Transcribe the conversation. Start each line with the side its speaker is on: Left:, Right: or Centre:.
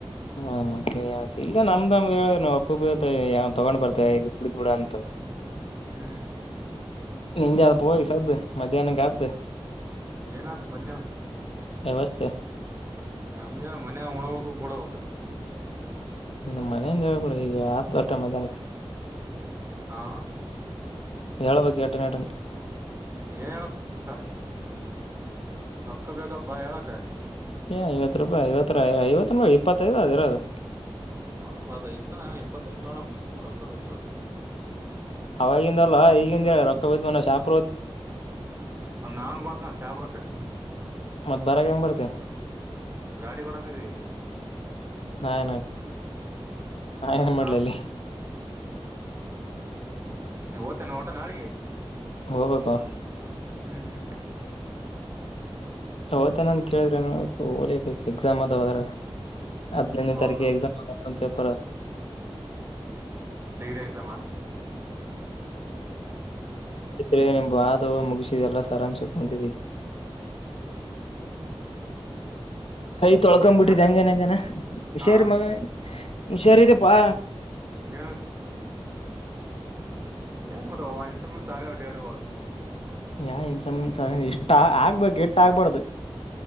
Left: ಹಾ ಮತ್ತೆನ್ ಆ್ತ ಇಲ್ಲ ನಮ್ದ ನಮ್ದ ಹೇಳ ಒಬ ಯಾವ ತಗೊಂಡ್ ಬರ್ತೇವೆ ಕುಡ ಬಿಡ ಅಂತ
Right: ಹ್ಮ್
Left: ನಂಜ ಅನ ಪೋಗಿ ಸ್ದ ಮಧ್ಯಾಹ್ನ ಕತ್ತು
Right: ಏನತ್ ಮಧ್ಯಾಹ್ನ
Left: ನಮಸ್ತೆ
Right: ನ ನಮ್ದೇನ ಮನ್ಯ ಉಣಬ ಕೂಡಬೇಕ
Left: ನಿಮ್ಮ್ ಮನೆಯಿಂದಾಗ ಕೂಡ ಈಗ ಹತ್ತು ವಟ ಮಧ್ಯಾಹ್ನಕ್ಕೆ
Right: ಹಾ
Left: ಎಳ ಬಕಿ ಎಟನ ಟನ್
Right: ಏನ್ ಹೇಳ ರೊಕ್ಕ ಬಲ್ಪ ಹೇಳಕ
Left: ಏ ಐವತ್ತು ರೂಪಾಯಿ ಐವತ್ತು ಐವತ್ತು ರೂ ಇಪ್ಪತ್ತೈದು ಅದ ಇರದು
Right: ನೋಡ ಅದ ಇತ್ತ ಇಪ್ಪತ್ತ ನೋಡ ಮುರಕಬ್ಮಲೆ
Left: ಅವವಾಗಿಂದಲ್ವಾ ಈಗಿಂದ ಹೇಳ ರೊಕ್ಕ ಬದ್ ಮ ಶಾಪ
Right: ಒಂದ ನಾನ್ ಬರ್ತೇನೆ ಶಾಪುರಕ್ಕೆ
Left: ಮತ್್ ಬಾರಕ್ಕೆ ಹೆಂಗ ಬರ್ತೆ
Right: ಗಾಡಿ ಕೂಡಕಿ
Left: ನಾನ ನಾಏನ ಮಾಡಲಲ್ಲಿ
Right: ಹಾ ಈ ಓತೇನೆ ಓಟ ನಾಳಿಗೆ
Left: ಹೋಗ್ಬೇಕಪ್ಪಾ
Right: ಹ್ಮ್ ಹ್ಮ್
Left: ಅವತ್ತೇನ್ ಕೇಳಿದ್ರೆ ಹಓಲಿಬೇಕು ಎಕ್ಸಾಮ್ ಅದದ್ರ ಅದಿನನ
Right: ಹೌದೌದು
Left: ತಾರಖೆ ಎಕ್ಸಾಮ್ ಆತ ಪೇಪರ್
Right: ಡಿಗ್ರಿ ಎಕ್ಜಾಮಾ
Left: ಆಯ್ತರೇನಿಮ್ ಬ ಆದ ಮುಗಸಿದೆ ಎಲ್ಲ ಸರಾಮ್ಸಕೊಂತಿದಿ ಕೈ ತೊಳ್ಕೊ
Right: ಮತ್
Left: ಬಿಟ್ಟಿದೆ
Right: ನಾಳೆ
Left: ಹೆಂಗನ್ ಹೆಂಗನ ಹುಷಾರಿ
Right: ಹಾ
Left: ಮಗನ ಹುಷಾರದೆಪ್ಪಾ
Right: ಏನ್ ಏನ್ ಮತ್ತ ಇಂಸ ಮುಂದ ಆಗ ಡ್ಯಾಡುಳ
Left: ಯಾ ಇನ್ಸ ಮುನ್ಸ ಇಷ್ಟ ಆಗ್ಬೇಕು ಎಟ್ಟ ಆಗ್ಬಾರ್ದು